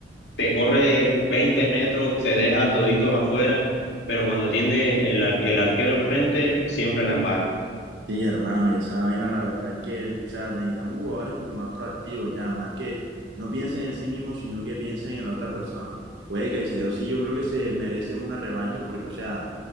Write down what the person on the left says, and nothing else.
te corre 20 metros, te deja toditos afuera, pero cuando tiene el, ar- el arquero enfrente, siempre la embarra.